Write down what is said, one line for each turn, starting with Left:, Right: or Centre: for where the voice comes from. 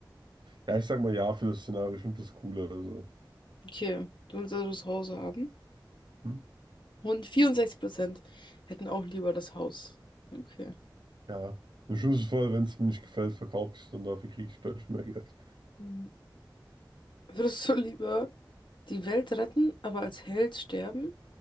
Right: ja, ich sag mal ja für das Szenario, ich finde das cooler. Also,
Left: Okay, du willst also das Haus haben.
Right: hm?
Left: Und 64% hätten auch lieber das Haus. Okay.
Right: Ja, im schlimmsten Fall, wenn es mir nicht gefällt, verkaufe ich es und dafür kriege ich deutlich mehr Geld.
Left: Hm. Würdest du lieber die Welt retten, aber als Held sterben?